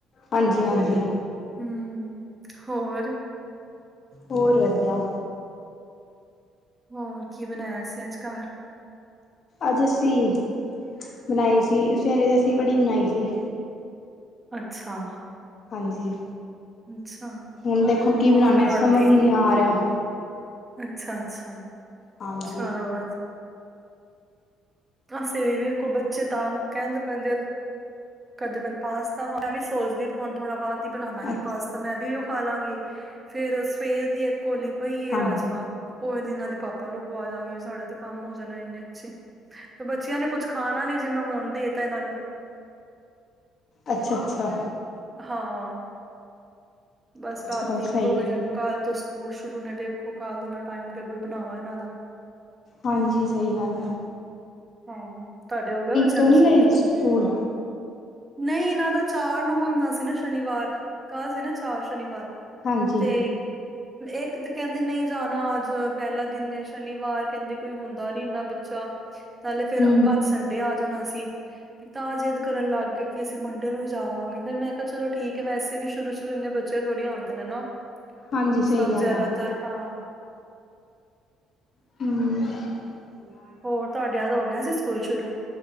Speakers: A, on the left; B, on the right.
A: ਹਾਂਜੀ ਹਾਂਜੀ
B: ਹੂ ਹੋਰ
A: ਹੋਰ ਵਧੀਆ
B: ਹੋਰ ਕੀ ਬਣਾਇਆ ਸੀ ਅੱਜ, ਘਰ।
A: ਅੱਜ ਅਸੀਂ ਬਣਾਈ ਸੀ, ਸਵੇਰੇ ਦੀ ਅਸੀਂ ਵੜੀ ਬਣਾਈ ਸੀ।
B: ਅੱਛਾ
A: ਹਾਂਜੀ
B: ਅੱਛਾ
A: ਹੁਣ ਦੇਖੋ ਕੀ ਬਣਾਣੇ
B: ਹੁਣ
A: ਆ,
B: ਰਾਤੀ
A: ਸਮਝ ਹੀ ਨਹੀਂ ਆ ਰਿਹਾ।
B: ਅੱਛਾ ਅੱਛਾ,
A: ਹਾਂਜੀ
B: ਚਲੋ ਵਧੀਆ ਅਸੀਂ ਵੀ ਵੀਖੋ ਬੱਚੇ ਤਾਂ, ਕਹਿੰਦੇ ਪਏਂ ਦੇਖੋ ਕਹਿੰਦੇ ਪਏ ਨ ਪਾਸਤਾ, ਮੈਂ ਵੀ ਸੋਚਦੀ ਵੀ, ਹੁਣ ਥੋੜਾ ਬਾਅਦ ਹੀ ਬਵਾਂਗੀ
A: ਅੱਛਾ
B: ਪਾਸਤਾ, ਮੈਂ ਵੀ ਖਾ ਲਾਂਗੀ, ਫੇਰ ਸਵੇਰ ਦੀ ਕੋਲੀ ਪਈ ਏ
A: ਹਾਂਜੀ
B: ਰਾਜਮਾਂ ਔ ਇਨਾਂ ਦੇ ਪਾਪਾ ਨੂੰ ਖਵਾ ਦਵਾਂਗੀ। ਸਾਡੇ ਤਾਂ ਕੰਮ ਹੋ ਜਾਣਾ ਇੰਨੇ ਅੱਛੇ, ਤੇ ਬੱਚਿਆਂ ਨੇ ਕੁਛ ਖਾਣਾ ਨਹੀ ਜੇ, ਮੈਂ ਹੁਣ ਦੇ ਤਾਂ, ਇਹਨਾਂ ਨੂੰ
A: ਅੱਛਾ-ਅੱਛਾ।
B: ਹਾਂ, ਬਸ ਰਾਤੀ
A: ਚਲੋ
B: ਇੱਕੋ
A: ਸਹੀ
B: ਵਾਰੀ
A: ਹੈ
B: ਕੱਲ੍ਹ ਤੋਂ ਸਕੂਲ ਸ਼ੁਰੂ ਨੇ, ਵੇਖੋ ਕੱਲ ਦੇ ਨਾਲ ਟਾਈਮ ਟੇਬਲ ਬਣਾਵਾਂ ਇਹਨਾਂ ਦਾ
A: ਹਾਂਜੀ ਸਹੀ ਗੱਲ ਆ
B: ਹਾਂ, ਤੁਹਾਡੇ ਹੋ ਗਿਯੇ, ਬੱਚਿਆਂ
A: ਤੋਂ
B: ਦੇ
A: ਨੀ
B: ਸਕੂਲ
A: ਗਏ
B: ਸ਼ੁਰੂ
A: ਸਕੂਲ
B: ਨਹੀਂ ਇਹਨਾਂ ਦਾ ਚਾਰ ਨੂੰ ਘੁੱਲਣਾ ਸੀ ਨਾ ਸ਼ਨੀਵਾਰ, ਕਲ ਸੀ ਨਾ, ਚਾਰ ਸ਼ਨੀਵਾਰ
A: ਹਾਂਜੀ
B: ਤੇ ਇੱਕ ਤੇ ਕਹਿੰਦੇ ਨਹੀਂ ਜਾਣਾ, ਅੱਜ ਪਹਿਲਾ ਦਿਨ ਐ ਸ਼ਨੀਵਾਰ ਕਹਿੰਦੇ ਕੋਈ ਹੁੰਦਾ ਨੀ ਇੰਨਾ ਬੱਚਾ, ਨਾਲੇ ਫੇਰ
A: ਹੂੰ
B: ਅੱਜ ਸੰਡ ਸੰਡੇ ਆ ਜਾਣਾ ਸੀ, ਤਾਂ ਜਿਦ ਕਰਨ ਲੱਗ ਗਏ ਕਿ ਅਸੀਂ ਮੰੰਡੇ ਨੂੰ ਹੀ ਜਾਵਾਂਗੇ ਫਿਰ ਮੈਂ ਚਲੋ ਠੀਕ ਐ, ਵੈਸੇ ਵੀ ਸ਼ੂਰੂ ਸ਼ੁਰੂ ਇੰਨੇ ਬੱਚੇ ਥੋੜ੍ਹੀ ਆਉਦੇ ਨੇ ਨਾ
A: ਹਾਂਜੀ
B: ਸਭ
A: ਸਹੀ ਗੱਲ
B: ਜ਼ਿਆਦਾ
A: ਆ
B: ਤਰ ਹਾਂ।
A: ਹੂ
B: ਹੋਰ ਤੁਹਾਡਿਆਂ ਦੇ ਹੋ ਗਿਆ ਸੀ, ਸਕੂਲ ਸ਼ੁਰੂ